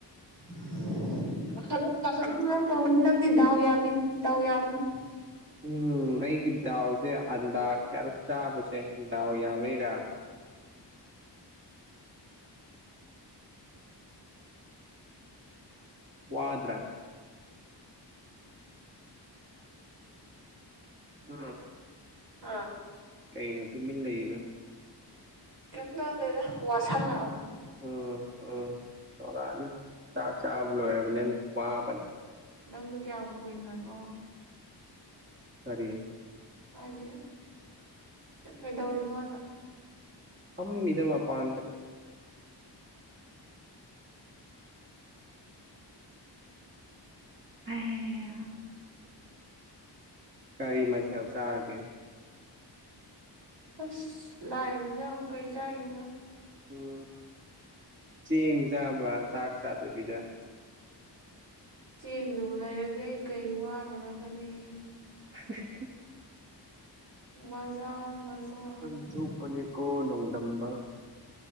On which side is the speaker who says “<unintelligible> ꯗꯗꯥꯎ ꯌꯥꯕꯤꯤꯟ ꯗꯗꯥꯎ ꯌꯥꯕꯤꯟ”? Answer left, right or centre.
Right